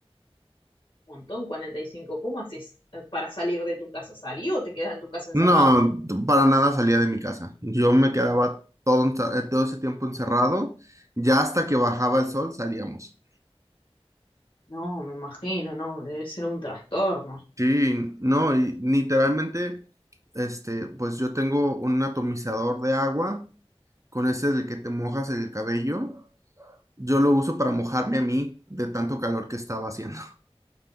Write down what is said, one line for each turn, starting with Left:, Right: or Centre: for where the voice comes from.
Left: Un montón, 45. ¿Cómo haces eh, para salir de tu casa? ¿Salí o te quedas en tu casa encerrado?
Right: No, para nada salía de mi casa. Yo me quedaba todo, encer- eh, todo ese tiempo encerrado. Ya hasta que bajaba el sol salíamos.
Left: No, me imagino, no, debe ser un trastorno.
Right: Sí, no, y literalmente, este, pues yo tengo un atomizador de agua, con ese del que te mojas el cabello. Yo lo uso para mojarme a mí de tanto calor que estaba haciendo. <laughs>